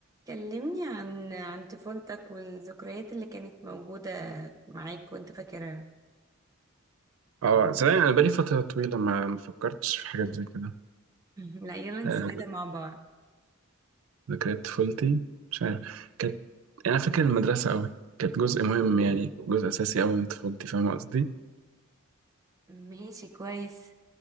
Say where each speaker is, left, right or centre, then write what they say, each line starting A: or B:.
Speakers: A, on the right; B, on the right.
A: كلمني عن عن طفولتك والذكريات اللي كانت موجودة معاك وانت فاكرها
B: اه صدقني انا بقالي فتره طويله ما ما فكرتش في حاجه زي كده
A: <laughs> لا يلا نسعدها
B: آه،
A: مع بعض
B: ذكريات طفولتي مش عارف كانت يعني انا فاكر المدرسه قوي كانت جزء مهم يعني جزء اساسي قوي من طفولتي فاهم قصدي
A: ماشي كويس